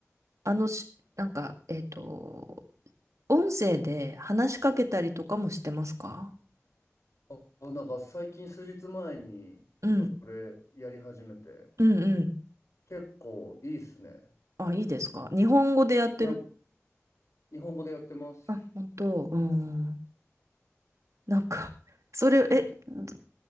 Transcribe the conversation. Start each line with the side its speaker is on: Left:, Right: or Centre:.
Right: あのし、なんか、えっと、音声で話しかけたりとかもしてますか
Left: あ、あなんか最近数日前に、
Right: うん。
Left: それやり始めて、
Right: うんうん。
Left: 結構いいっすね。
Right: あ、いいですか日本語でやってる。
Left: なんか、日本語でやってます。
Right: あ、本当。うん。なんか、それ、え、ど